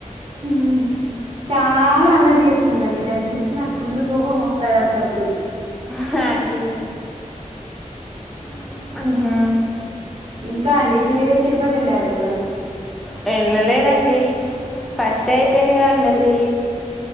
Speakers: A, on the right; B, in the centre.
A: ఉ చాలా అల్లరి చేస్తుందండి దాన్ని చూస్తే నాకు ఫుల్లు కోపం వస్తది అప్పుడప్పుడు
B: హ అండి హు
A: ఇంకా అండి మీరు తిరుపతి వెళ్లారు ఎప్పుడు
B: వెళ్ళలేదండి కష్ట టైపయిందిగా అన్నది